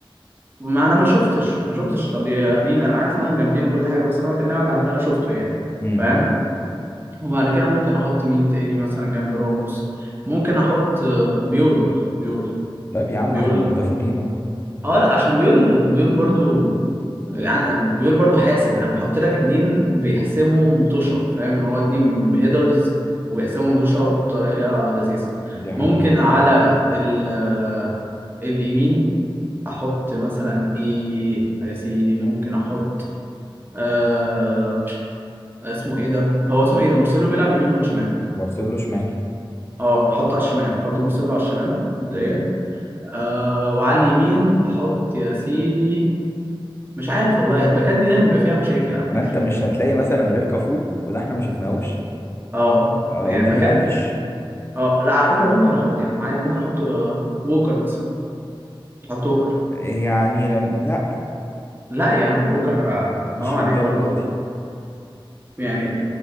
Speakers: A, on the right; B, on the left.
A: ما انا ما شفتش ما شفتش طليانين انا عارف ان هم جامدين وكل حاجه بس انا بكلمك عن اللي انا شفته يعني
B: امم
A: فاهم وبعد كده ممكن احط مين تاني مثلا جنب راموس ممكن احط آه، بيول برضو بيول
B: طيب يا عم
A: بيول
B: احنا متفقين اهو
A: اه لا عشان بيقول بيقول برضو يعني بيقول برضو حاسم انا بحط لك اتنين بيحسموا مطوشه فاهم ان هو اتنين هيدرز وبيحسموا مطوشه بطريقه لذيذه
B: دي حقيقة
A: ممكن على ال آه، اليمين احط مثلا ايه يا سيدي ممكن احط آه اسمه ايه ده هو اسمه ايه ده مرسلو بيلعب يمين ولا شمال
B: مارسيلو شمال
A: اه هحطه على الشمال هحط مرسلو على الشمال مبدئيا آه وعلى اليمين هحط يا سيدي مش عارف والله الباكات دي دايما بيبقى فيها مشاكل على فكره
B: ما انت مش هتلاقي مثلا غير كافو وده احنا ما شفناهوش
A: اه
B: آه
A: يعني
B: وداني
A: الباكات
B: الفيش
A: اه لا على فكرة ممكن احط يا عم عادي ممكن احط آه، ووكر مثلا احط ووكر
B: يعني لم... لا
A: لا يا عم ووكر ح-
B: مش
A: حرام
B: للدرجه
A: عليك برضو
B: دي
A: يعني